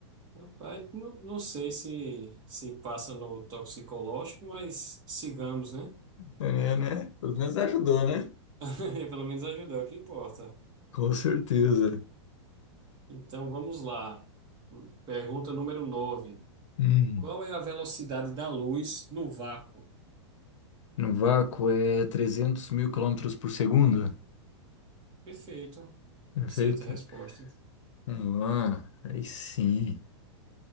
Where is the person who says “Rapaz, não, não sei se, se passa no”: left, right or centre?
Right